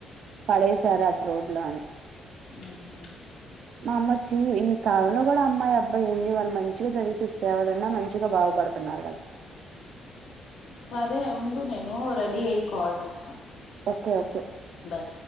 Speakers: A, on the right; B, on the left.
A: పడేశారట్రటరోడ్ లో అని
B: ఊహు
A: మా అమ్మచ్చి ఈ కాలంలో గూడా అమ్మాయి అబ్బా అబ్బా ఏంది వాళ్ళు మంచిగా చదివిపిస్తేవాడన్నా మంచిగా బాగుపడుతున్నారు కదా
B: సరే ఉండు నేను రెడీ అయి కాల్ చేస్తా
A: ఓకే ఓకే
B: బాయ్